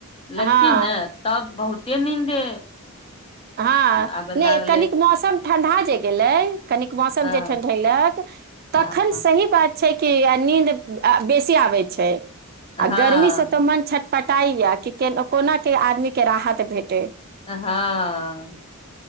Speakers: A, on the left (about 25°); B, on the right (about 45°).
A: लेलखिन
B: हँ
A: ने तब बहुते नीन्दे
B: हँ
A: आबे
B: नहि
A: लागलै
B: कनिक मौसम ठणढा जे गेलै कन मौसम
A: हँ
B: जे ठढेलक
A: हँ
B: तखन सही बात छै कि नीद बेसी आबै छै आ
A: हँ
B: गर्मीसँ तऽ मन छ कटाई या कि कोना के आदमी के राहत भेटे
A: हँ